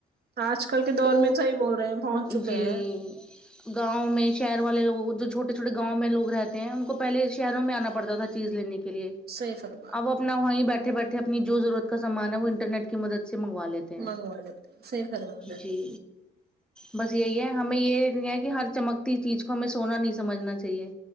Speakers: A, on the right; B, in the centre.
A: آج کل کے دور
B: تو
A: میں صحیح بول رہے ہیں پہنچ چکے
B: جی
A: ہیں
B: گاؤں میں شہر والے لوگوں جو چھوٹے چھوٹے گاؤں میں لوگ رہتے ہیں ان کو پہلے شہروں میں آنا پڑتا تھا چیز لینے کے لیے
A: صحیح فرما
B: اب
A: رہے
B: وہ اپنا
A: ہیں
B: وہیں بیٹھے بیٹھے اپنی جو ضرورت کا سامان ہے وہ انٹرنیٹ کی مدد سے منگا لیتے
A: منگوا لیتے ہیں صحیح فرما رہے ہیں
B: جی بس یہی ہے ہمیں یہ نہیں ہے کہ ہر چمکتی چیز کو ہمیں سونا نہیں سمجھنا چاہیے